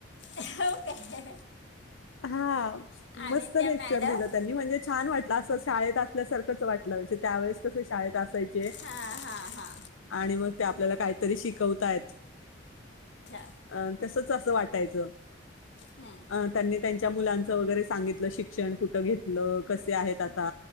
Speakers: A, on the left; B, on the left.
A: हो,, काय,
B: हा
A: आणि
B: मस्त
A: त्या
B: लेक्चर
A: मॅडम.
B: दिलं त्यांनी म्हणजे छान वाटलं असं, शाळेत असल्यासारखंच वाटलं, म्हणजे त्यावेळेस कस शाळेत असयचं.
A: हा हा, हा,
B: आणि मग ते आपल्याला काहीतरी शिकवताय.
A: अच्छा,
B: अ तसच असं वाटायचं.
A: हम्म,
B: अ त्यांनी त्यांच्या मुलांच वगैरे सांगितलं, शिक्षण कुठं घेतलं, कसे आहेत आता.